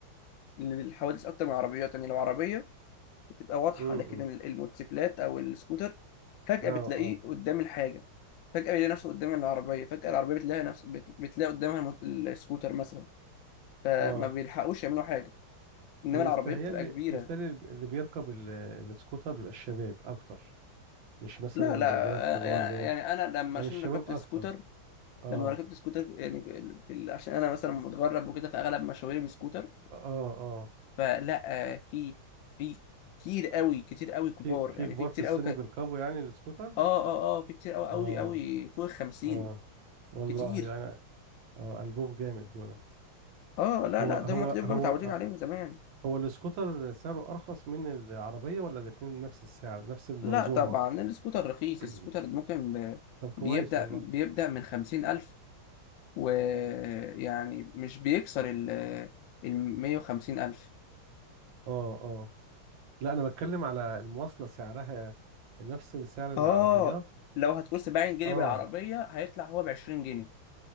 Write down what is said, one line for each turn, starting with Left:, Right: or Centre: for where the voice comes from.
Left: للحوادث اكتر من العربيات يعني لو عربيه بتبقى واضحه
Right: امم
Left: لكن ال- الموتوسيكلات او السكوتر فجاه
Right: اه
Left: بتلاقيه
Right: اه
Left: قدام الحاجه فجاه بيلاقي نفسه قدام العربيه فجاه العربيه بتلاقي نفس بت- بتلاقي قدامها الموت- السكوتر مثلا فما
Right: اه
Left: بيلحقوش يعملوا حاجه انما
Right: انا مستهيألي
Left: العربيه بتبقى كبيره
Right: مستهيألي اللي بيركب ال- السكوتر بيبقى الشباب اكتر مش مثلا
Left: لا
Right: الرجالة
Left: لا
Right: الكبار
Left: أنا-
Right: زي
Left: يعني انا لما
Right: يعني
Left: عشان
Right: الشباب
Left: ركبت
Right: اكتر
Left: السكوتر
Right: اه
Left: لما ركبت سكوتر يعني في ال... عشان انا مثلا متغرب وكده فاغلب مشاويري بسكوتر
Right: اه اه
Left: فلا آه، في في كتير قوي كتير قوي كبار
Right: في في
Left: يعني
Right: كبار
Left: في كتير
Right: في السن
Left: قوي ك...
Right: بيركبوا يعني السكوتر
Left: اه اه اه في كتير قوي
Right: اه
Left: قوي قوي فوق الخمسين
Right: اه والله
Left: كتير
Right: يعني اه ألبوم جامد دولت
Left: اه لا
Right: هو
Left: لا
Right: هو
Left: ده هم تلاقيهم
Right: هو
Left: بقى متعودين
Right: آه،
Left: عليه من زمان
Right: هو السكوتر سعره أرخص من العربية ولا الاتنين نفس السعر نفس المنظومة
Left: لا طبعا السكوتر رخيص
Right: <clears throat>
Left: السكوتر ممكن ب...
Right: طب كويس
Left: بيبدأ
Right: والله
Left: بيبدأ من خمسين ألف ويعني مش بيكسر ال ال 150 ألف
Right: اه اه لا أنا بتكلم على المواصلة سعرها نفس سعر العربيات
Left: اه لو هتقول 70 جنيه
Right: اه
Left: بالعربية هيطلع هو ب 20 جنيه